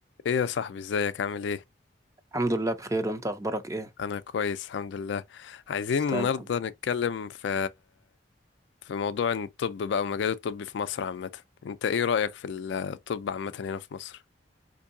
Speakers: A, on the left; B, on the right.
A: ايه يا صاحبي ازيك عامل ايه
B: الحمد لله بخير وانت اخبارك ايه
A: انا كويس الحمد لله عايزين
B: تستاهل
A: النهارده
B: الحمد
A: نتكلم في في موضوع الطب بقى ومجال الطب في مصر عامه انت ايه رأيك في الطب عامه هنا في مصر